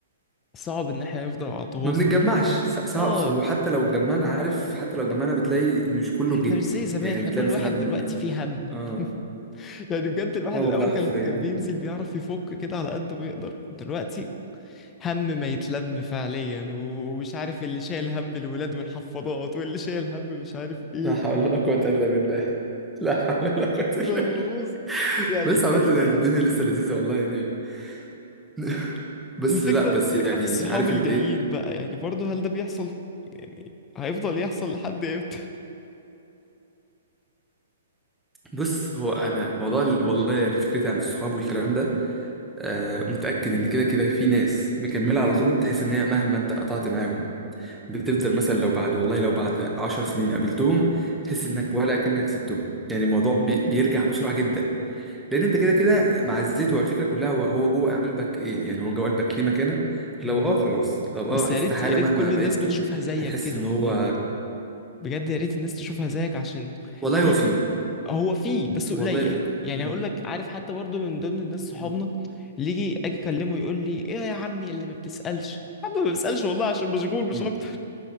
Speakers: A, on the left (about 15°); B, in the centre.
A: صعب ان احنا نفضل على تواصل
B: ما بنتجمعش ص- صعب
A: اه
B: وحتى لو اتجمعنا عارف حتى لو اتجمعنا بتلاقي مش كله
A: احنا
B: جه
A: مش زي زمان
B: يعني
A: احنا
B: بتلاقي
A: كل
B: مثلا
A: واحد دلوقتي فيه هم
B: اه
A: <laughs> يعني بجد الواحد
B: اه
A: الاول
B: والله حرفيا
A: كان كان
B: يعني
A: بينزل بيعرف يفك كده على قد ما يقدر دلوقتي هم ما يتلم فعليا ومش عارف اللي شايل هم الولاد والحفاضات واللي شايل هم مش عارف
B: لا
A: ايه
B: حول ولا قوة إلا بالله لا حول ولا قوة إلا
A: فبص
B: بالله
A: يعني
B: بس عامة
A: ايام
B: يعني الدنيا لسه لذيذة والله يعني <laughs> بس
A: الفكرة
B: لا بس
A: الفكرة
B: يعني
A: في الصحاب
B: عارف
A: الجايين
B: انت ايه
A: بقى يعني برضه هل ده بيحصل يعني هيفضل يحصل لحد امتى
B: بص هو انا موضوع ال- والله يعني فكرتي عن الصحاب والكلام ده آه متأكد ان كده كده في ناس مكملة على طول تحس ان هي مهما انت قطعت معاهم بتفضل مثلا لو بعد والله لو بعد عشر سنين قابلتهم تحس انك ولا اكنك سبتهم يعني الموضوع بي-
A: مم.
B: بيرجع بسرعه جدا لان انت كده كده معزته الفكره كلها هو هو جوه قلبك ايه يعني هو جوه قلبك ليه مكانه
A: مهم.
B: لو اه خلاص لو
A: بس
B: اه
A: يا
B: استحاله
A: ريت يا ريت
B: مهما
A: كل
B: بعدته
A: الناس بتشوفها زيك
B: هتحس
A: كده
B: ان
A: والله
B: هو
A: بجد يا ريت الناس تشوفها زيك عشان
B: والله
A: في
B: هو فيه
A: هو فيه بس
B: والله
A: قليل
B: فيه
A: يعني
B: مم.
A: هقول لك عارف حتى برضه من ضمن الناس صحابنا
B: مم.
A: اللي يجي اجي اكلمه يقول لي ايه يا عمي اللي ما بتسالش يا عم ما بسالش والله عشان مشغول مش
B: مم.
A: اكتر